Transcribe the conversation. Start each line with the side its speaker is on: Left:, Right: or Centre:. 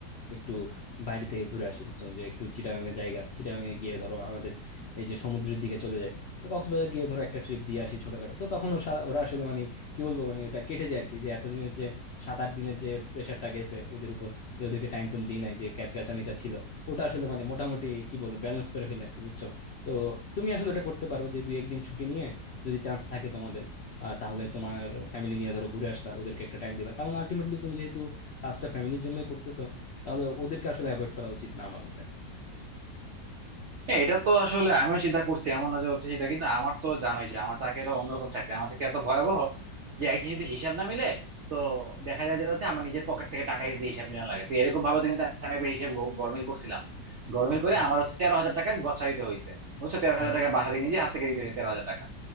Left: একটু বাইরে থেকে ঘুরে আসি বুঝছো যে একটু চিটাগাং এর জায়গা চিটাগাং এ গিয়ে ধরো আমাদের এই যে সমুদ্রের দিকে চলে যায় তো কক্সবাজার গিয়ে ধরো একটা ট্রিপ দিয়ে আসি ছোটখাটো তো তখন ওরা ওরা আসলে মানে কি বলবো মানে ওটা কেটে যায় আর কি যে এতদিনের যে সাত আট দিনের যে প্রেশারটা গেছে ওদের উপর যে ওদেরকে টাইম টুম দিই নাই যে ক্যাচ ক্যাচানিটা ছিল ওটা আসলে মানে মোটামুটি কি বলবো ব্যালেন্স করে ফেলে আর কি বুঝছো তো তুমি আসলে ওটা করতে পারো যে দুই একদিন ছুটি নিয়ে যদি চান্স থাকে তোমাদের আহ, তাহলে তোমার ফ্যামিলি নিয়ে ধরো ঘুরে আসলা ওদেরকে একটা টাইম দিলা কারণ আলটিমেটলি তুমি যেহেতু কাজটা ফ্যামিলির জন্যই করতেছো তাহলে ওদেরকে আসলে অ্যাভয়েড করা উচিত না আমার মতে
Right: হ্যাঁ এটা তো আসলে আমিও চিন্তা করছি এমন না যে হচ্ছে চিন্তা কিন্তু আমার তো জানোই যে আমার চাকরিটা অন্যরকম চাকরি আমার চাকরি এত ভয়াবহ যে একদিন যদি হিসাব না মিলে তো দেখা যায় যে হচ্ছে আমার নিজের পকেট থেকে টাকা দিয়ে হিসাব মিলানো লাগে তো এরকম ভাবে তো কিন্তু আমি একবার হিসাব গ- গরমিল করছিলাম গরমিল
Left: আচ্ছা
Right: করে
Left: আচ্ছা
Right: আমার হচ্ছে তেরো হাজার টাকা গচ্ছা দিতে হয়েছে বুঝছো তেরো
Left: হ্যাঁ
Right: হাজার টাকা
Left: হ্যাঁ
Right: বাসা দিয়ে নিজে হাত থেকে দিতে হয়েছে তেরো হাজার টাকা